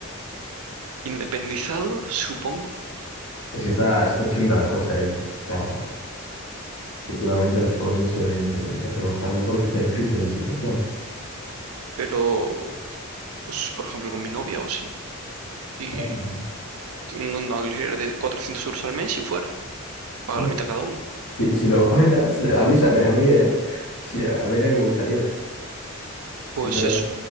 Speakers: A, on the right; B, on the left.
A: <sighs> independizado, supongo,
B: Es que está, está chunga la cosa ahí. O sea, últimamente los jóvenes suelen independizarse más tarde porque está difícil la situación.
A: pero pues, por ejemplo con mi novia o sí, y
B: Ah, Bueno,
A: un un alquiler de 400 euros al mes y fuera, paga
B: Bueno,
A: la mitad cada uno.
B: si, si lo encuentras, avísame a mí, ¿eh? Sí, a, a mí también me gustaría.
A: Pues
B: Si encuentras,
A: eso.